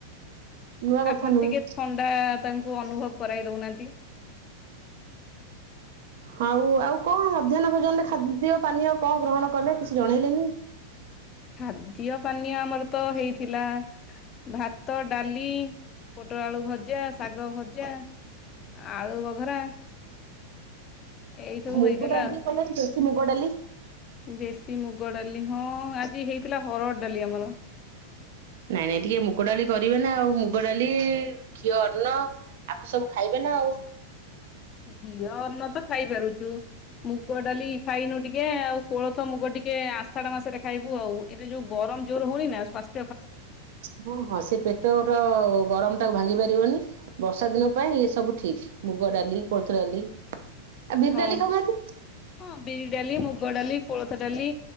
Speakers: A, on the right; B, on the left.
A: ନୂଆ କଥା
B: ଆପଣ
A: ନୁହେଁ।
B: ଟିକେ ଥଣ୍ଡା ତାଙ୍କୁ ଅନୁଭବ କରାଇ ଦଉନାହାନ୍ତି। <inaudible>
A: ହଉ ଆଉ କଣ ମଧ୍ୟାନ ଭୋଜନରେ ଖାଦ୍ୟ ପାନୀୟ କଣ ଗ୍ରହଣ କଲେ କିଛି ଜଣେଇଲେନି।?
B: ଖାଦ୍ୟ ପାନୀୟ ଆମର ତ ହେଇଥିଲା। ଭାତ ଡାଲି ପୋଟଳ ଆଳୁ ଭଜା ଶାଗ ଭଜା। ଆଳୁ ବଘରା। ଏଇ ସବୁ
A: ମୁଗ
B: ହେଇଥିଲା
A: ଡାଲି ଟିକେ କଲେ ନି ଦେଶୀ ମୁଗ ଡାଲି।
B: ଦେଶୀ ମୁଗ ଡାଲି, ହଁ ଆଜି ହେଇଥିଲା ହରଡ଼ ଡାଲି ଆମର।
A: ନାଇଁ ନାଇଁ ଟିକେ ମୁଗ ଡାଲି କରିବେ ନା ଆଉ। ମୁଗ ଡାଲି ଘିଅ ଅନ୍ନ। ଆକୁ ସବୁ ଖାଇବେ ନା ଆଉ।
B: ଘିଅ ଅନ୍ନ ତ ଖାଇପାରୁଛୁ। ମୁଗ ଡାଲି ଖାଇନୁ ଟିକେ ଆଉ। କୋଳଥ ମୁଗ ଟିକେ ଆଷାଢ ମାସରେ ଖାଇବୁ ଆଉ। ଏଟା ଯୋଉ ଗରମ ଜୋର୍ ହଉନି ନା ସ୍ୱାସ୍ଥ୍
A: ହଁ ହଁ ସେ ପେତଳ ଗରମ ଟାକୁ ଭାଙ୍ଗି ପାରିବନି। ବର୍ଷା ଦିନ ପାଇଁ ଏ ସବୁ ଠିକ ମୁଗ ଡାଲି କୋଳଥ ଡାଲି। ଆଉ ବିରି
B: ହଁ
A: ଡାଲି ଖାଉନାହାନ୍ତି।
B: ହଁ ବିରି ଡାଲି ମୁଗ ଡାଲି କୋଳଥ ଡାଲି